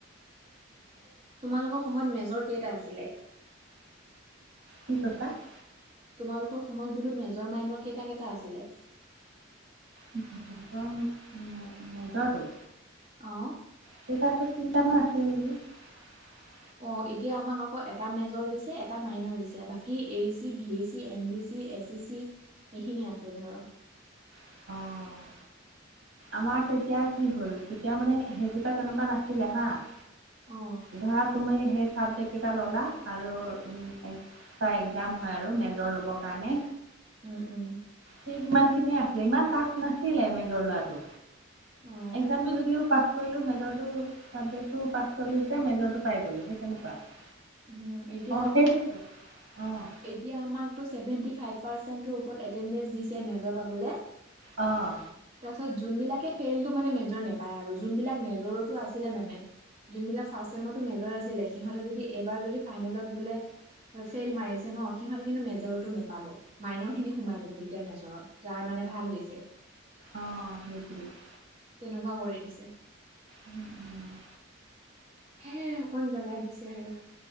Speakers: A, on the right; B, on the right.
A: <inaudible> তোমালোকৰ সময়ত মেজৰ কেইটা আছিলে? <inaudible>
B: কি কৈছা? <inaudible>
A: তোমালোকৰ সময়ত বোলো মেজৰ, মাইনৰ কেইটা-কেইটা আছিলে? <inaudible>
B: <unintelligible> মেজৰটো?
A: অ
B: কেইটা আছিল, তিনটামান আছিলে নেকি? <unintelligible>
A: অ এতিয়া আমাক আকৌ এটা মেজৰ দিছে, এটা মাইনৰ দিছে, বাকী এইচি, ভিএচি, এমডিচি, এচ <unintelligible> <unintelligible> সেইখিনি আছে ধৰক।
B: অ'। আমাৰ তেতিয়া কি হ'ল তেতিয়া মানে সেইকেইটা তেনেকুৱা নাছিলে হা <unintelligible>
A: অ
B: ধৰা তুমি সেই চাবজেক্ট কেইটা ললা আৰু উম <unintelligible> একজাম হয় আৰু মেজৰ ল'বৰ কাৰণে।
A: উম উম
B: ঠিক ইমানখিনিয়ে আ <unintelligible> ইমান টাফ নাছিলে মেজৰ লোৱাটো।
A: অ
B: একজামটো যদিও পাছ কৰিলো মেজ <unintelligible> মেজৰটো, চাবজেক্টটো পাই গলো যে মেজৰটো পায় গলোঁ সেই তেনেকুৱা। <unintelligible>
A: উম এতিয়া
B: অঁ
A: আকৌ
B: সেইটোৱেইটো অঁ। <inaudible>
A: এতিয়া আমাকটো চেভেনট্ৰি ফাইভ পাৰ্চেন্টৰ ওপৰত এণ্টেনড্ৰেছ দিছে মেজৰ পাবলে। <unintelligible>
B: অঁ!
A: তাৰপিছত যোনবিলাকে ফেইলটো মানে মেজৰ নাপায় আৰু যোনবিলাক মেজৰটো আছিলে মানে। <unintelligible> যোনবিলাক ফাৰ্ষ্ট ছেমতো মেজৰ আছিলে সিহঁতে যদি এইবাৰ যদি ফাইনেলত বোলে <unintelligible> ফেইল মাৰিছে ন সিহঁতি কিন্তু মেজৰটো নেপাব। <unintelligible> মাইনৰখিনি সোমাই যাব তেতিয়া মেজৰত। যাৰ মানে ভাল হৈছে। <unintelligible>
B: অঁ! সেইটোৱেই। <inaudible>
A: তেনেকুৱা কৰি দিছে। <unintelligible>
B: উম-উম <inaudible>
A: সেয়াই অকণ জ্বলাই দিছে আৰু। <inaudible>